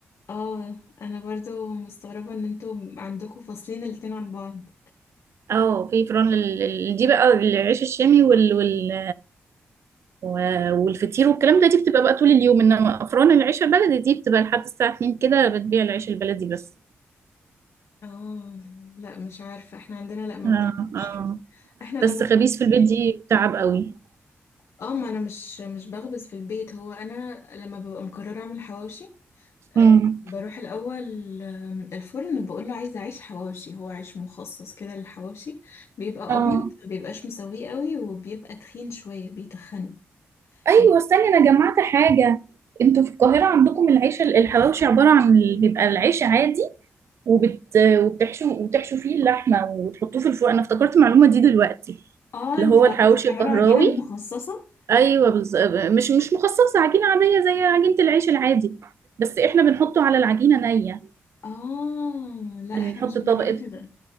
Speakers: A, on the left; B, on the right.
A: اه انا برضو مستغربة ان انتوا عندكم فاصلين الاتنين عن بعض
B: اه في فران لل- لل- دي بقى العيش الشامي وال... وال... و- والفطير والكلام ده دي بتبقى بقى طول اليوم انما افران العيش البلدي دي بتبقى لحد الساعه 2 كده بتبيع العيش البلدي بس
A: اه لا مش عارفة احنا عندنا لا ما
B: اه
A: بيعملوش
B: اه
A: كده احنا لما
B: بس خبيث في البيت دي تعب قوي
A: <laughs> اه ما انا مش مش بخبز في البيت هو انا لما ببقى مقررة اعمل حواوشي أه
B: امم
A: بروح الاول آه، الفرن بقول له عايزة عيش حواوشي هو عيش مخصص كده للحواوشي بيبقى
B: اه
A: ابيض ما بيبقاش مسويه قوي وبيبقى تخين شوية بيتخنه
B: ايوه
A: يعني
B: استني انا جمعت حاجه انتوا في القاهره عندكم العيش الحواوشي عباره عن ال- بيبقى العيش عادي وبت وبتحشوا وبتحشوا فيه اللحمه وتحطوه في الفرن انا افتكرت المعلومه دي دلوقتي
A: اه
B: اللي
A: انتوا
B: هو الحواوشي
A: انتوا بتعملوا
B: القهراوي
A: عجينة مخصصة
B: ايوه بز... مش مش مخصصه عجينه عاديه زي عجينه العيش العادي بس احنا بنحطه على العجينه نيه
A: اه لا
B: بنحط
A: احنا مش بنعمله
B: طبقه
A: كده